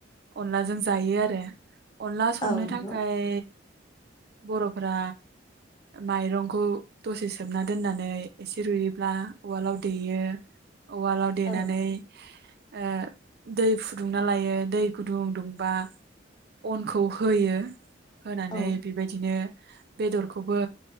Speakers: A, on the right (about 55°); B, on the left (about 25°).
A: अनलाजों जायो आरो अनला संनो
B: औ नंगौ
A: थाखाय बरफोरा माइरंखौ दसे सोमना दोननानै एसे रुयोब्ला उवालाव देयो। उवालाव देनानै
B: औ
A: ओ दै फु दुंना लायो दै गुदुं दुंबा अनखौ होयो। होनानै
B: औ
A: बिबायदिनो बेदरखौबो